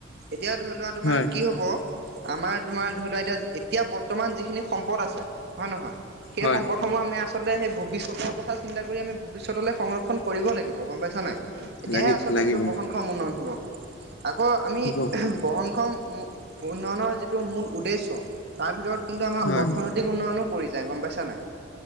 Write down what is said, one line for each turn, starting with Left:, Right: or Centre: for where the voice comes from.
Right: এতিয়া, ধৰি লোৱা, তোমাৰ
Left: হয়
Right: কি হ'ব? আমাৰ, তোমাৰ, ধৰি লোৱা, এতিয়া। এতিয়া, বৰ্তমান যিখিনি সম্পদ আছে, হয় নহয়? সেই
Left: হয়
Right: সম্পদ। সমূহ, আমি, আচলতে, সেই ভৱিষ্যতৰ কথা চিন্তা কৰি, আমি ভৱিষ্যতলে সংৰক্ষণ কৰিব লাগিব। গম পাইছা, নাই? তেতিয়াহে,
Left: লাগি
Right: আচলতে,
Left: লাগিব
Right: সেইটো বহনক্ষম উন্নয়ন হ'ব পাৰে। আকৌ, আমি
Left: হ'ব
Right: বহনক্ষম মূ উন্নয়নৰ যিটো মূল উদ্দেশ্য, তাৰ ভিতৰত, কিন্তু, আমাৰ
Left: হয়
Right: অৰ্থনৈতিক উন্নয়নো পৰি যায়, গম পাইছা, নাই?